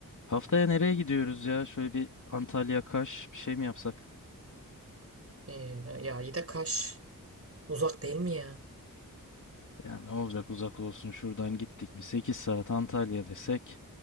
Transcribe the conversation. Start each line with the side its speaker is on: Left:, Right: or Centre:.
Left: Haftaya nereye gidiyoruz ya? Şöyle bir Antalya Kaş bir şey mi yapsak?
Right: Ee, ya iyi de Kaş uzak değil mi ya?
Left: Ya ne olacak uzak olsun şuradan gittik mi Sekiz saat Antalya desek